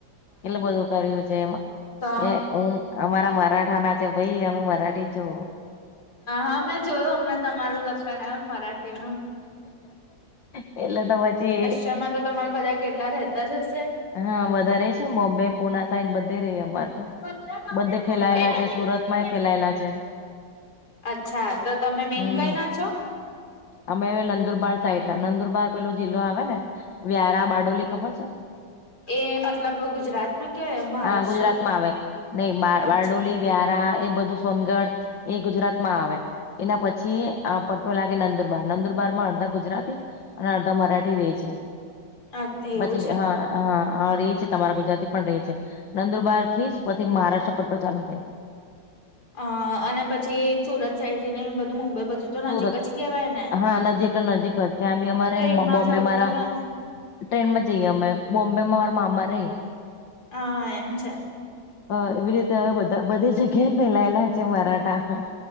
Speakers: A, on the left; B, on the left.
A: કેટલું બધું કર્યું જે એમાં,
B: તો
A: એમ? હું અમારા મરાઠા ના છે. ભાઈ અમે મરાઠી છુ.
B: હા મેં જોયું હમને તમારું લખવાણ આવ્યું ને મરાઠી નુ.
A: એટલે તો પછી
B: તેમાં તો તમારા બધા કેટલા રહેતા જ હશે.
A: હા વધારે છે ને બોમ્બે પુના સાઈડ બધે રે ઈ અમાર તો
B: બધા કપડા
A: બધે ફેલાયેલા છે સુરત માં એ ફેલાયેલા છે.
B: અચ્છા તો તમે મેન
A: હમ
B: કઈ ના છો?
A: અમે નંદુરબાર સાઈડ ના નંદુરબાર પેલો જિલ્લો આવે ને, વ્યારા બારડોલી ખબર છે?
B: એ મતલબ ગુજરાતમાં કે મહારાષ્ટ્રમાં?
A: હા ગુજરાતમાં આવે નહી
B: અચ્છા
A: બારડોલી વ્યારા એ બધું સોનગઢ એ ગુજરાતમાં આવે. એના પછી આ પટ્ટો લાગે નંદર બાર, નંદુરબારમાં અડધા ગુજરાતી અને અડધા મરાઠી રે છે.
B: અ એવું
A: પછી
B: છે
A: હા હા હા રે છે તમારા ગુજરાતી પણ રહે છે. નંદુરબાર થી જ પછી મહારાષ્ટ્ર પટ્ટો ચાલુ થાય.
B: અ અને પછી સુરત સાઈડ ઈને બધું મુંબઈ બજુ તો નજીક
A: સુરત
B: જ કેવાય? ને
A: હા નજીક જ નજીક જ ત્યાં બી અમારે
B: ટ્રેનમાં
A: બોમ્બે
B: જાવ
A: મારા
B: તો તમે
A: ટ્રેન માં જઈએ અમે. બોમ્બે માં મારા મામા રહી.
B: હા એમ છે.
A: હા એવી રીતે હવે બધા બધી જગ્યાએ ફેલાયેલા છે મરાઠા.